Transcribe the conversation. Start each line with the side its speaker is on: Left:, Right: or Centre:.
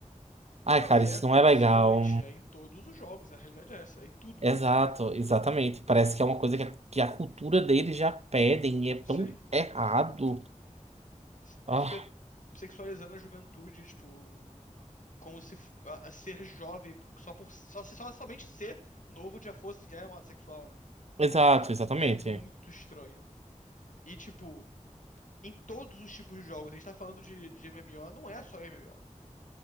Right: Ai,
Left: Não,
Right: cara,
Left: e
Right: isso
Left: é constante,
Right: não é legal.
Left: é em todos os jogos, a realidade é essa, é em tudo.
Right: Exato, exatamente. Parece que é uma coisa que a, que a cultura deles já pedem e é
Left: Sim.
Right: tão errado.
Left: S-
Right: Ah,
Left: Fica sexualizando a juventude, tipo, como se f- a, a ser jovem só por só, se- só somente ser novo já fosse já é um ato sexual, né?
Right: exato,
Left: É tipo,
Right: exatamente.
Left: é muito estranho. E tipo, em todos os tipos de jogos, a gente tá falando de, de MMO, não é só MMO.